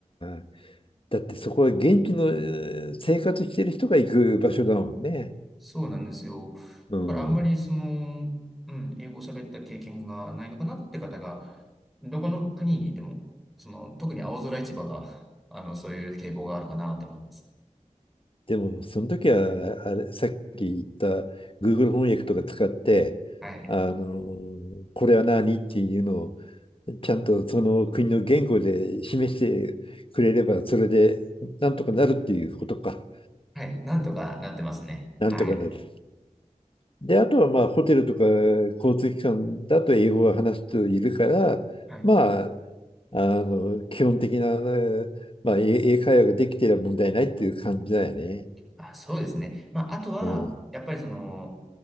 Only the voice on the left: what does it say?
あ、だってそこは現地のえー生活してる人が行く場所だもんね。
うん。
でも、その時は、あれ、さっき言った Google 翻訳とか使って、
あのこれは何っていうのを、ちゃんとその国の言語で示してくれれば、それでなんとかなるっていうことか。
なんとかなる。
で、あとはまあ、ホテルとか交通機関だと英語が話す人いるから、
まあ、あの、基本的な、ね、まあ、英英会話ができてれば問題ないっていう感じだよね。
うん。